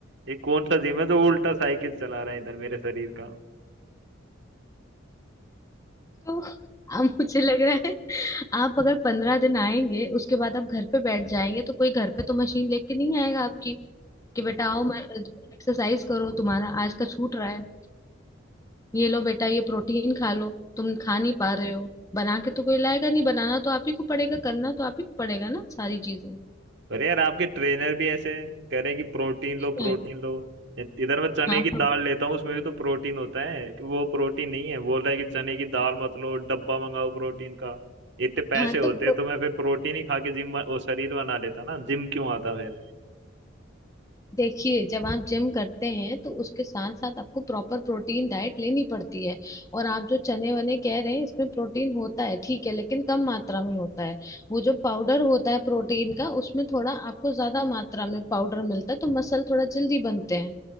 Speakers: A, on the right; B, on the left.
A: ये कौन सा जिम है जो उल्टा साइकिल चला रहा है इधर मेरे शरीर का
B: तो अब मुझे लग रहा है आप अगर पंद्रह दिन आएंगे उसके बाद आप घर पे बैठ जाएंगे तो कोई घर पे तो मशीन लेके नहीं आएगा आपकी कि बेटा आओ मैं एक्सरसाइज करो तुम्हारा आज का छूट रहा है ये लो बेटा ये प्रोटीन खा लो तुम खा नहीं पा रहे हो बना के तो कोई लाएगा नहीं बनाना तो आप ही को पड़ेगा करना तो आप ही को पड़ेगा ना सारी चीजें
A: अरे यार आपके ट्रेनर भी ऐसे कह रहे हैं कि प्रोटीन लो प्रोटीन
B: है।
A: लो इधर मैं चने
B: हाँ
A: की दाल
B: तो
A: लेता हूँ उसमें भी तो प्रोटीन होता है कि वो प्रोटीन नहीं है बोल रहा है कि चने की दाल मत लो डब्बा मंगाओ प्रोटीन का इतने पैसे
B: हाँ
A: होते
B: तो प्रो-
A: तो मैं फिर प्रोटीन ही खा के जिम वो शरीर बना लेता ना जिम क्यों आता फिर
B: देखिए जब आप जिम करते हैं तो उसके साथ साथ आपको प्रॉपर प्रोटीन डाइट लेनी पड़ती है और आप जो चने वने कह रहे हैं इसमें प्रोटीन होता है ठीक है लेकिन कम मात्रा में होता है वो जो पाउडर होता है प्रोटीन का उसमें थोड़ा आपको ज्यादा मात्रा में पाउडर मिलता है तो मसल थोड़ा जल्दी बनते हैं